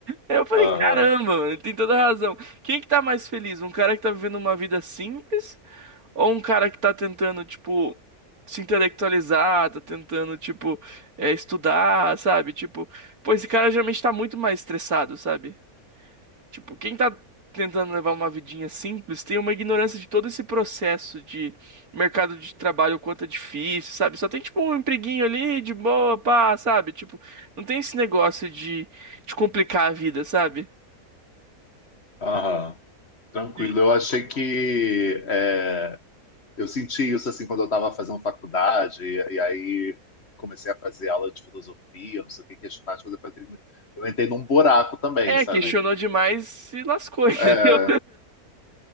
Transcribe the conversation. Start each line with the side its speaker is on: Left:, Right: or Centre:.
Right: Aí Eu falei,
Left: Aham,
Right: caramba, mano, ele tem toda razão. Quem que tá mais feliz? Um cara que tá vivendo uma vida simples ou um cara que tá tentando, tipo, se intelectualizar, tá tentando, tipo, é, estudar, sabe? Tipo, pô, esse cara geralmente tá muito mais estressado, sabe? Tipo, quem tá tentando levar uma vidinha simples tem uma ignorância de todo esse processo de mercado de trabalho, o quanto é difícil, sabe? Só tem, tipo, um empreguinho ali, de boa, pá, sabe? Tipo, não tem esse negócio de, de complicar a vida, sabe?
Left: aham. Tranquilo.
Right: E-
Left: Eu achei que é, eu senti isso assim quando eu estava fazendo faculdade, e, e aí comecei a fazer aula de filosofia, não sei o que, questionar as coisas. Eu falei, "Meu", eu entrei num buraco também,
Right: É,
Left: sabe?
Right: questionou demais e lascou, <laughs> entendeu?
Left: É,